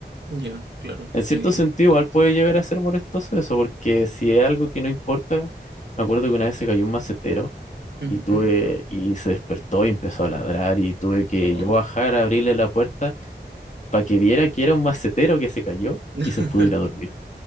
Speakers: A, on the right (about 80°); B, on the left (about 45°).
A: Ya, claro,
B: En cierto
A: te,
B: sentido,
A: te capto.
B: igual puede llegar a ser molestoso eso, porque si es algo que no importa, me acuerdo que una vez se cayó un macetero
A: Ujú,
B: y tuve,
A: ujú.
B: y se despertó y empezó a ladrar y tuve que
A: Oh,
B: yo bajar a abrirle la puerta para que viera que era un macetero que se cayó
A: <laughs>
B: y se pudo ir a dormir.